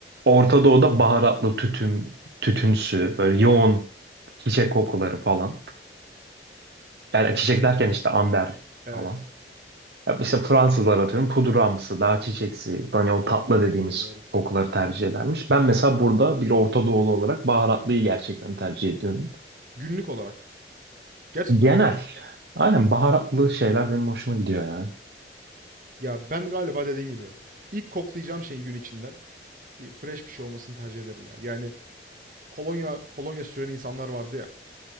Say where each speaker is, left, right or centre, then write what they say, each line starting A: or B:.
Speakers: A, on the right; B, on the right.
A: Orta Doğu'da baharatlı tütün, tütünsü, böyle
B: Evet.
A: yoğun çiçek kokuları falan. Yani çiçek derken işte amber
B: Evet.
A: falan. Ya işte Fransızlar atıyorum pudramsı, daha çiçeksi, hani o tatlı dediğimiz
B: Doğru doğru.
A: kokuları tercih edermiş. Ben mesela burada bir Orta Doğulu olarak baharatlıyı gerçekten tercih ediyorum.
B: Günlük olarak. Gerçekten
A: Genel.
B: mi?
A: Aynen baharatlı şeyler benim hoşuma gidiyor yani.
B: Ya ben galiba dediğim gibi ilk koklayacağım şeyin gün içinde bir fresh bir şey olmasını tercih ederim ya. Yani kolonya kolonya süren insanlar vardı ya.